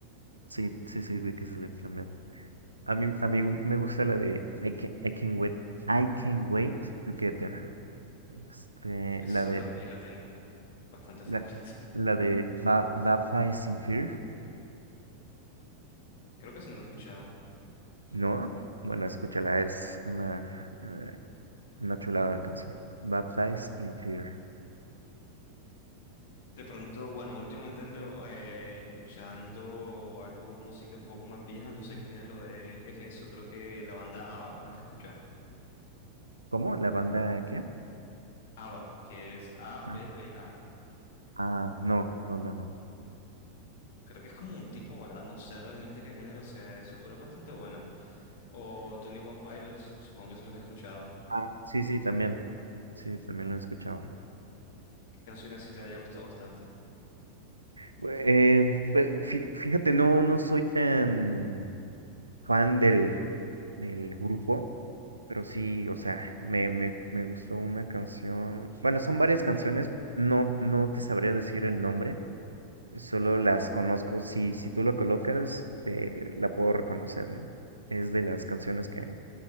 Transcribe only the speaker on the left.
esa
también la tengo bastante favorito.
<laughs>
Creo que eso no la he escuchado.
De pronto, bueno, últimamente ando eh, escuchando algo, música un poco más vieja, no sé qué género de- es eso, creo que la banda ABBA, ¿la has escuchado?
ABBA, que es A,
B, B, A.
Creo que es como un tipo balada, no sé realmente qué género sea eso, pero es bastante buena. O Tony One Pilots, supongo que sí los has escuchado.
¿Qué canción así te haya gustado bastante?